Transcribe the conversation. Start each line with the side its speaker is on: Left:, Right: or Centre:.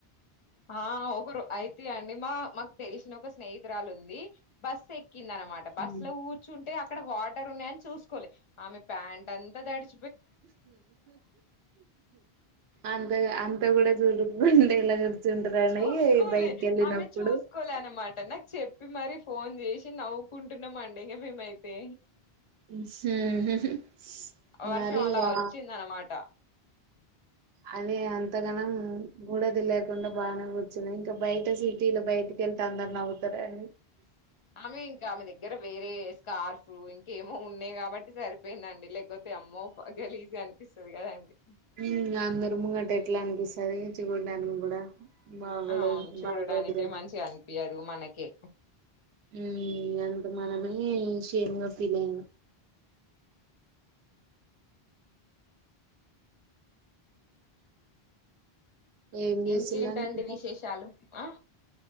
Left: ఆ ఒకరు అయితే అండి మా మాకు తెలిసిన ఒక స్నేహితురాలు ఉంది బస్ కింద అనమాట బస్సులో
Right: ఉమ్
Left: కూర్చుంటే అక్కడ వాటర్ ఉన్నాయని చూసుకోలే ఆమె ప్యాంట్ అంతా తడిసి
Right: అంతగా అం కూడా చూరుండ ఎలా కూర్చుంటారండి
Left: చూసుకోలే
Right: బయటికి వెళ్ళినప్పుడు
Left: ఆమె చూసుకోలే అనమాట నా చెప్పి మరి ఫోన్ చేసి నవ్వుకుంటున్నాం అండి ఇంగ మేమైతే
Right: మ్ హు మరి
Left: వర్షం అలా
Right: వా
Left: వచ్చింది అనమాట
Right: మళ్ళి అంతగానం గూడది లేకుండా బానే కూర్చన్నా ఇంకా బయట సిటీలో బయటకి వెళ్తే అందరు నవ్వుతారండి
Left: ఆమె ఇంకా ఆమె దగ్గర వేరే స్కార్ఫ్లు ఇంకేమో ఉన్నాయి కాబట్టి సరి అయిపోయిందండి లేకపోతే అమ్మో గలీజుగా అనిపిస్తది కదండి
Right: ఉమ్ అందరు ముంగట ఎట్లా అనిపిస్తది చికూన కూడా బాగోదు
Left: అవును చూడడానికే
Right: బాగోదు కదా
Left: మంచిగా అనిపియదు మనకే
Right: మ్ అంట మనమే షేమ్ గా ఫీల్ అయిన ఏం చేస్తులండి
Left: ఇంకేంటండి
Right: ఇంకా
Left: విశేషాలు ఆ